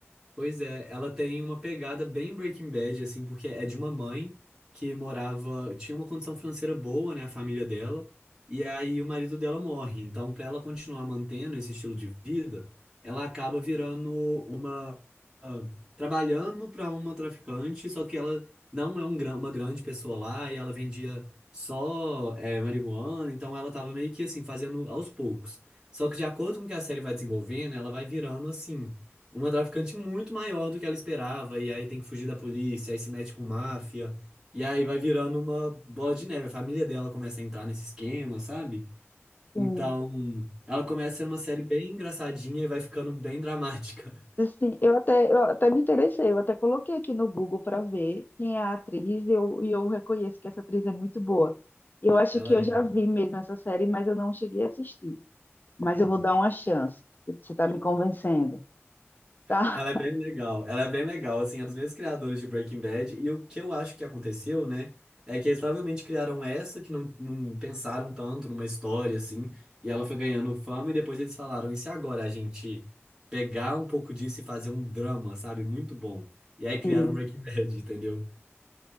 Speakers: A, on the right; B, on the left.
A: Pois é, ela tem uma pegada bem Breaking Bad, assim, porque é de uma mãe que morava, tinha uma condição financeira boa, né, a família dela, e aí o marido dela morre. Então, para ela continuar mantendo esse estilo de vida, ela acaba virando uma, ah, trabalhando para uma traficante, só que ela não é um, gran- uma grande pessoa lá, e ela vendia só, é marihuana, então ela tava meio que, assim, fazendo aos poucos. Só que de acordo com que a série vai desenvolvendo, ela vai virando, assim uma traficante muito maior do que ela esperava, e aí tem que fugir da polícia, aí se mete com máfia, e aí vai virando uma bola de neve. A família dela começa a entrar nesse esquema, sabe?
B: Sim.
A: Então, ela começa a ser uma série bem engraçadinha e vai ficando bem dramática.
B: Assim, eu até, eu até me interessei, eu até coloquei aqui no Google para ver quem é a atriz e eu, e eu reconheço que essa atriz é muito boa. Eu acho
A: <laughs> Ela
B: que eu
A: é.
B: já vi mesmo essa série, mas eu não cheguei a assistir. Mas
A: Uhum.
B: eu vou dar uma chance. Você está me convencendo, tá?
A: Ela é bem legal. Ela é bem legal, assim, é dos mesmos criadores de Breaking Bad. E o que eu acho que aconteceu, né, é que eles provavelmente criaram essa que não, não pensaram tanto numa história, assim, e ela foi ganhando fama. E depois eles falaram: e se agora a gente pegar um pouco disso e fazer um drama, sabe? Muito bom.
B: <laughs>
A: E aí criaram
B: Sim.
A: Breaking <laughs> Bad, entendeu?